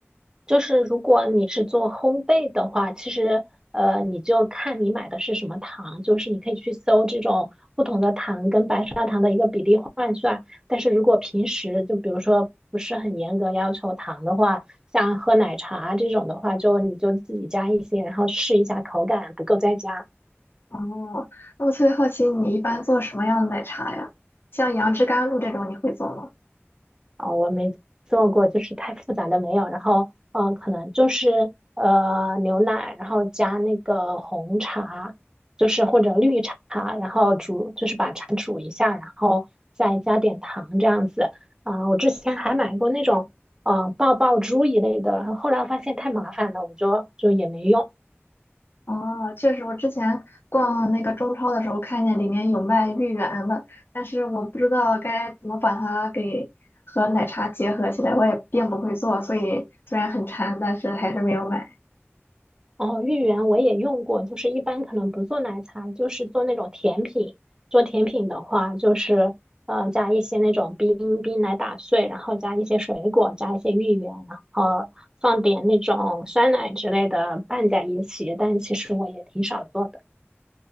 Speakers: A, on the right; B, on the left.
A: 就是如果你是做烘焙的话，其实呃，你就看你买的是什么糖，就是你可以去搜这种不同的糖跟白砂糖的一个比例换算。但是如果平时就比如说不是很严格要求糖的话，像喝奶茶这种的话，就你就自己加一些，然后试一下口感，不够再加。
B: 哦，那我特别好奇，你一般做什么样的奶茶呀？像杨枝甘露这种，你会做吗？
A: 啊、我没做过，就是太复杂的没有。然后，嗯、可能就是呃牛奶，然后加那个红茶，就是或者绿茶，然后煮，就是把茶煮一下，然后再加点糖这样子。啊、我之前还买过那种呃爆爆珠一类的，后来发现太麻烦了，我就就也没用。
B: 哦，确实，我之前逛那个中超的时候看见里面有卖芋圆的，但是我不知道该怎么把它给和奶茶结合起来，我也并不会做，所以虽然很馋，但是还是没有买。
A: 哦，芋圆我也用过，就是一般可能不做奶茶，就是做那种甜品。做甜品的话，就是呃加一些那种冰冰奶打碎，然后加一些水果，加一些芋圆，然后放点那种酸奶之类的拌在一起。但其实我也挺少做的。